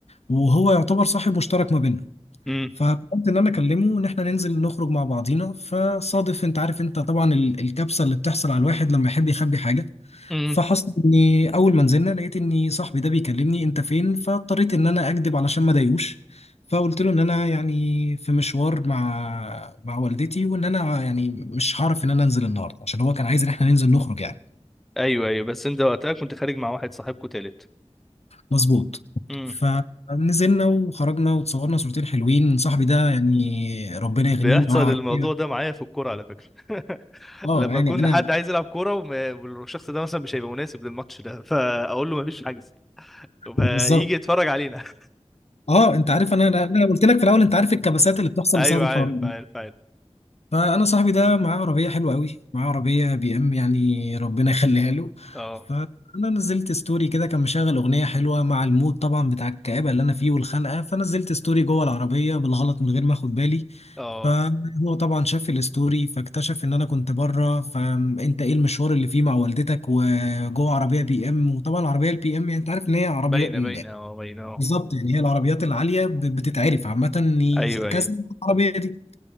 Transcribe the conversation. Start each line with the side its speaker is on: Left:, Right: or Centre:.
Left: وهو يعتبر صاحب مشترك ما بيننا
Centre: امم
Left: فقلت ان انا اكلمه ان احنا ننزل نخرج مع بعضينا فصادف انت عارف انت طبعا ال- الكبسه اللي بتحصل على الواحد لما يحب يخبي حاجه
Centre: امم
Left: فحصل اني اول ما نزلنا لقيت اني صاحبي ده بيكلمني انت فين فاضطريت ان انا اكذب علشان ما اضايقوش فقلت له ان انا يعني في مشوار مع مع والدتي وان انا يعني مش هعرف ان انا انزل النهارده عشان هو كان عايز ان احنا ننزل نخرج يعني
Centre: ايوه ايوه بس انت وقتها كنت خارج مع واحد صاحبكو تالت
Left: مظبوط
Centre: امم
Left: فنزلنا وخرجنا وتصورنا صورتين حلوين صاحبي ده يعني ربنا يغنيه
Centre: بيحصل
Left: معاه عربيه
Centre: الموضوع ده معايا في الكوره على فكره <laughs>
Left: اه
Centre: لما
Left: يعني
Centre: يكون
Left: انا
Centre: حد عايز يلعب كوره وم- والشخص ده مثلا مش هيبقى مناسب للماتش ده فاقول له مفيش حجز فيجي
Left: بالظبط
Centre: يتفرج علينا <laughs>
Left: اه انت عارف انا انا قلت لك في الاول انت عارف الكبسات اللي بتحصل
Centre: ايوه
Left: بسبب الحوار
Centre: عارف عارف عارف
Left: فانا صاحبي ده معاه عربيه حلوه قوي معاه عربيه بي ام يعني ربنا يخليها له
Centre: اه
Left: فانا نزلت ستوري كده كان مشغل اغنيه حلوه مع المود طبعا بتاع الكآبه اللي انا فيه والخنقه فنزلت ستوري جوه العربيه بالغلط من غير ما اخد بالي
Centre: اه
Left: فهو طبعا شاف الستوري فاكتشف ان انا كنت بره فانت ايه المشوار اللي فيه مع والدتك وجوه عربيه بي ام وطبعا العربيه البي ام يعني انت عارف ان هي عربيه
Centre: باينه باينه اه باينه اه
Left: بالظبط يعني هي العربيات العاليه بتتعرف عامه إن
Centre: ايوه ايوه
Left: كذا العربيه دي